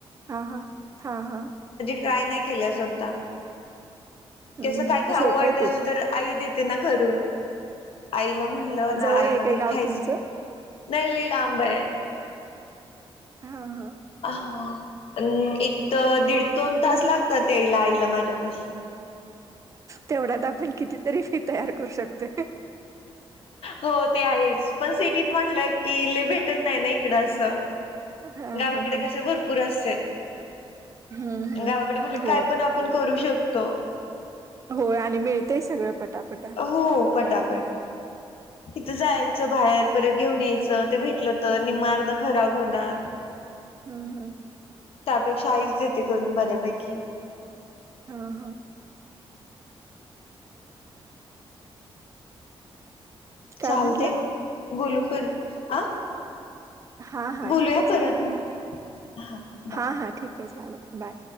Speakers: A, on the right (about 30°); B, on the left (about 70°).
A: हा- हा हा -हा
B: ट्राय नाही केल्या स्वतः
A: हम्म
B: कस काय खाऊ
A: सोपं
B: वाटेल
A: आहे ते पण
B: तर आई दे- ते ना करून. आईला म्हणलं ना
A: जवळ
B: आई
A: आहे
B: मला
A: काय
B: हे
A: गाव
B: खायचंय
A: तुमचं.
B: नाही लय लांब आहे.
A: हा हा
B: हा अ अं एक तर दीड दोन तास लागतात याईला आईला माझ्यापशी.
A: तेवढ्यात आपण कितीतरी फ- तयार करू शकते
B: हो ते आहेच पण सिटीत म्हणलं की लय भेट. भटत नाही ना इकडं असं.
A: हा
B: गावाकडे
A: हा हा
B: कस भरपूर असतेय.
A: हम्म हम्म
B: गावाकडे मुले
A: हो
B: काय, पण आपण करू शकतो. तो,
A: हो आणि मिळतय सगळं, पटापटा
B: हो पटापट. इथ जायचं, बाहेर परत घेऊन यायचं ते भेटलं तर निम्म अर्धे खराब होणार.
A: हम्म हम्म.
B: त्यापेक्षा आईच देते, करून बऱ्यापैकी.
A: हा हा. काय
B: चालतय
A: म्हंटलं
B: मग, बोलू परत. आ
A: हा हा
B: बोलूया
A: ठीक आहे चालेल
B: परत मग, हा बाय.
A: हा हा ठीक आहे चालेल बाय.